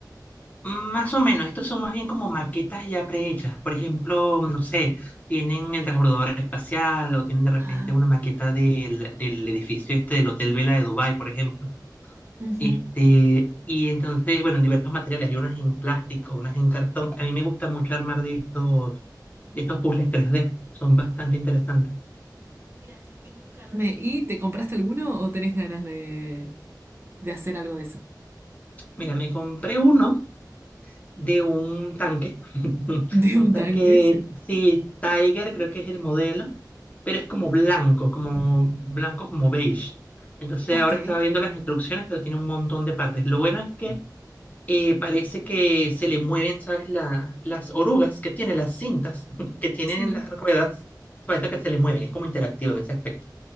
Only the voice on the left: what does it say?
Más o menos, estos son más bien como maquetas ya prehechas. Por ejemplo, no sé, tienen el transbordador espacial o tienen de repente
una maqueta del, del edificio este del Hotel Vela de Dubái, por ejemplo.
Este, y entonces, bueno, en diversos materiales, hay unas en plástico, unas en cartón. A mí me gusta mucho armar de estos, de estos puzzles 3D, son bastante interesantes.
Mira, me compré uno de un tanque, <laughs>
un
tanque,
sí, Tiger creo que es el modelo, pero es como
blanco, como blanco, como beige. Entonces
ahora estaba viendo las instrucciones, pero tiene un montón de partes. Lo bueno es que eh, parece que se le mueven, ¿sabes? La- las orugas que tiene, las cintas <laughs> que tienen
las ruedas, parece que se le mueven, es como interactivo en ese aspecto.